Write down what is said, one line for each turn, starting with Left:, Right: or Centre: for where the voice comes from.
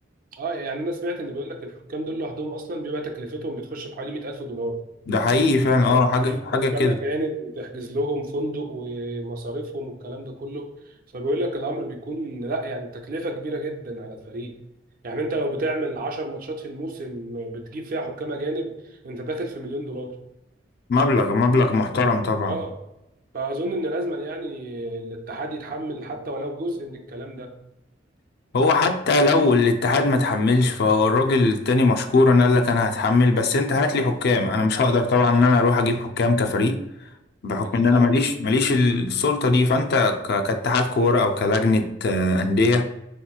Right: اه يعني انا سمعت ان بيقول لك الحكام دول لوحدهم اصلا بيبقى تكلفتهم بتخش في حوالي 100000 دولار
Left: ده حقيقي فعلا
Right: عشان
Left: اه حاجة
Right: تجيب
Left: حاجة
Right: حكام
Left: كده
Right: اجانب وتحجز لهم فندق ومصاريفهم والكلام ده كله فبيقول لك الامر بيكون لا يعني تكلفه كبيره جدا على الفريق يعني انت لو بتعمل 10 ماتشات في الموسم بتجيب فيها حكام اجانب انت داخل في مليون دولار
Left: مبلغ مبلغ محترم طبعا
Right: اه فاظن ان لازم يعني الاتحاد يتحمل حتى ولو جزء من الكلام ده
Left: هو حتى لو الاتحاد ما تحملش فهو الراجل التاني مشكورا قال لك انا هتحمل بس انت هات لي حكام انا مش هقدر طبعا ان انا اروح اجيب حكام كفريق بحكم
Right: اكيد
Left: ان انا
Right: طبعا
Left: ماليش ماليش السلطة دي فانت ك- كاتحاد كورة او كلجنة آه، أندية